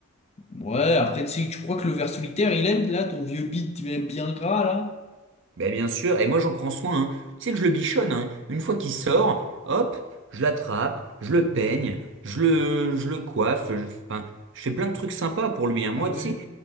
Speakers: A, on the left; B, on the right.
A: Ouais après tu sais, tu crois que le ver solitaire il aime là ton vieux bit, tu aimes bien gras là?
B: Ben bien sûr, et moi j'en prends soin, hein. Tu sais que je le bichonne, hein. Une fois qu'il sort, hop, je l'attrape, je le peigne, je le, je le coiffe, je, enfin, je fais plein de trucs sympas pour lui, hein. Moi,
A: Ah
B: tu
A: ouais.
B: sais,